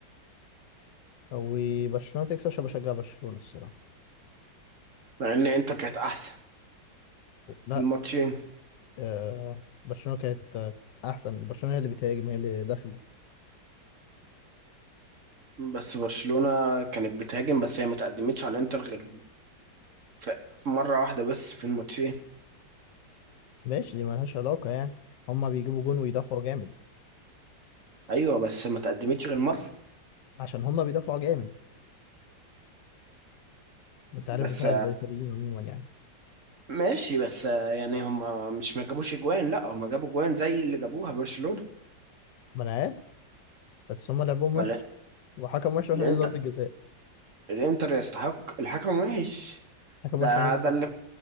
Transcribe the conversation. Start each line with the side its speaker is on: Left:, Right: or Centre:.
Left: او برشلونه تكسب عشان بشجع برشلونه الصراحه
Right: مع ان انتر كانت احسن
Left: لا
Right: في الماتشين
Left: آه، برشلونه كانت آه، احسن برشلونه هي اللي بتهاجم هي اللي داخله
Right: بس برشلونه كانت بتهاجم بس هي ما تقدمتش على انتر غير في في مره واحده بس في الماتشين
Left: ماشي دي ملهاش علاقة يعني هما بيجيبوا جون ويدافعوا جامد
Right: ايوه بس ما تقدمتش غير مره
Left: عشان هما بيدافعوا جامد انت عارف
Right: بس
Left: دفاع الإيطاليين عموما يعني
Right: ماشي بس آه، يعني هم مش ما جابوش اجوان لا هم جابوا اجوان زي اللي جابوها برشلونة
Left: ما انا عارف بس هما لعبهم وحش
Right: ولا
Left: وحكم وحش واحنا
Right: الانتر
Left: ضربة جزاء
Right: الانتر يستحق الحكم وحش
Left: حكم
Right: ده
Left: وحش واحنا ضربة
Right: ده اللي